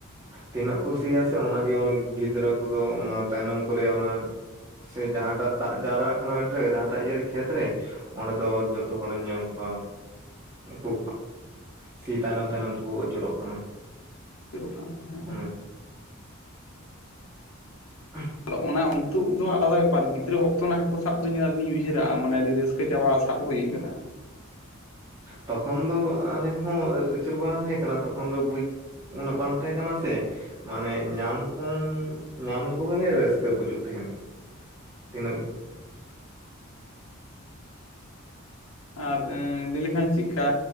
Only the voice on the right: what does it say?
ᱛᱤᱱᱟᱹᱜ ᱠᱩ ᱥᱤᱭᱟᱥᱮ ᱚᱱᱟᱜᱮ ᱜᱤᱫᱽᱨᱟᱹ ᱠᱚᱫᱚ ᱚᱱᱟ ᱛᱟᱭᱱᱚᱢ ᱠᱚᱨᱮ ᱚᱱᱟ ᱥᱮ ᱡᱟᱦᱟᱸ ᱴᱟ ᱫᱟᱜ ᱡᱟᱣᱨᱟ ᱟᱠᱟᱱᱟ <unintelligible> ᱡᱟᱦᱟᱸᱴᱟ ᱨᱮ ᱠᱷᱮᱛ ᱨᱮ ᱚᱸᱰᱮ ᱫᱚ ᱡᱚᱛᱚ ᱦᱚᱲᱤᱮᱢ ᱧᱟᱢ ᱠᱚᱣᱟ ᱩᱱᱠᱩ ᱥᱤ ᱛᱟᱭᱚᱢ ᱛᱟᱭᱱᱚᱢ ᱛᱮᱠᱚ ᱟᱹᱪᱩᱨᱚᱜ ᱠᱟᱱᱟ
ᱚᱱᱮ ᱚᱱᱠᱟ <inaudible>
ᱛᱚᱠᱷᱚᱱ ᱫᱚ ᱟᱞᱮ ᱦᱚᱸ ᱟᱹᱪᱩᱨ ᱵᱟᱝ ᱦᱩᱭ ᱠᱟᱱᱟ ᱛᱚᱠᱷᱚᱱ ᱫᱚ ᱵᱩᱡᱽ ᱩᱱᱟᱹᱜ ᱵᱟᱝ ᱛᱟᱦᱮᱸ ᱠᱟᱱᱟ ᱥᱮ ᱢᱟᱱᱮ ᱧᱟᱢ ᱠᱚᱢ ᱧᱟᱢ ᱞᱮᱠᱚ ᱠᱷᱟᱱᱜᱮ ᱨᱟᱹᱥᱠᱟᱹ ᱵᱩᱡᱩᱜ ᱛᱟᱦᱮᱸᱫ ᱛᱤᱱᱟᱹᱜ